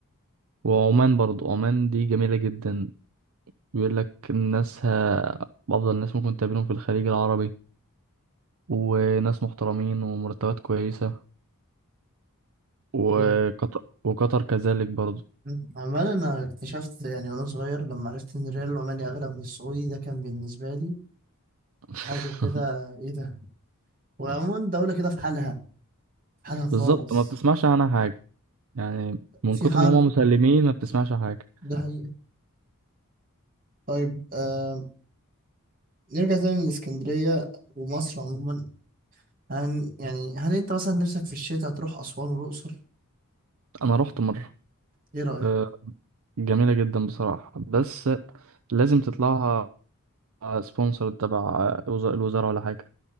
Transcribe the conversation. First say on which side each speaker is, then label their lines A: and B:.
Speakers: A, on the right (about 65°); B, on the right (about 40°).
A: وعمان برضو عمان دي جميلة جدا بيقولك الناسها أفضل ناس ممكن تقابلهم في الخليج العربي وناس محترمين ومرتبات كويسة وقطر
B: لا
A: وقطر كذلك برضو
B: مم. عمال انا اكتشفت يعني وانا صغير لما عرفت ان الريال العماني اغلى من السعودي ده كان بالنسبة لي
A: <laughs>
B: حاجة كده ايه ده وعموما دولة كده في حالها في حالها خالص
A: بالظبط ما بتسمعش عنها حاجة يعني من
B: في
A: كتر
B: حرب
A: ما هم مسلمين ما بتسمعش حاجة
B: ده حقيقة طيب آه نرجع تاني للإسكندرية ومصر عموما هن يعني هل انت مثلا نفسك في الشتاء تروح أسوان والأقصر
A: أنا رحت مرة
B: ايه رأيك
A: آه، جميلة جدا بصراحة بس لازم تطلعها سبونسر تبع وز- الوزارة ولا حاجة